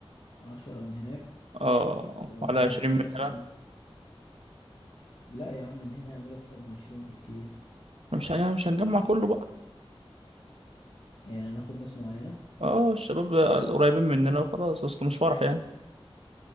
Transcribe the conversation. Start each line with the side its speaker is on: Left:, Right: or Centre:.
Left: عشرة من هناك
Right: اه
Left: ومن
Right: على 20
Left: هنا
Right: مننا
Left: مثلا لا يا عم اللي هنا يعملوا اكتر من عشرين بكتير
Right: مش يعني مش هنجمع كله بقى
Left: يعني هناخد ناس معينة
Right: اه الشباب القريبين مننا وخلاص اصل مش فرح يعني